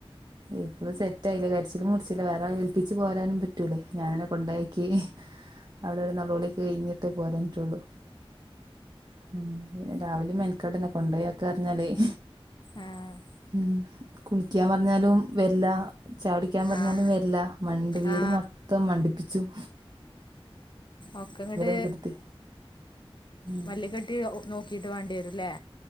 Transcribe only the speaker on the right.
ഇപ്പഴും സെറ്റ് ആയില്ല കരിച്ചിലും മുറിച്ചില്ല വേറെ ആരേ ഏൽപ്പിച്ച് പോരാനും പറ്റൂലേ ഞാന കൊണ്ടാക്കി അവിടെ ഒരു നൊളോളി കഴിഞ്ഞിട്ടേ പോരാറ്റുള്ളു ഉം പിന്നെ രാവിലിം മേനക്കട്ന്നെ കൊണ്ടേയാക്കറ്ഞ്ഞാലെയ്
ഉം കുളിക്ക്യപറഞ്ഞാലും വെര്ല ച്ചായുടിക്കാ പറഞ്ഞാലും
വര്ല്ല മണ്ടി വീട്
മൊത്തം മണ്ടിപ്പിച്ചും
വികൃതി ഉം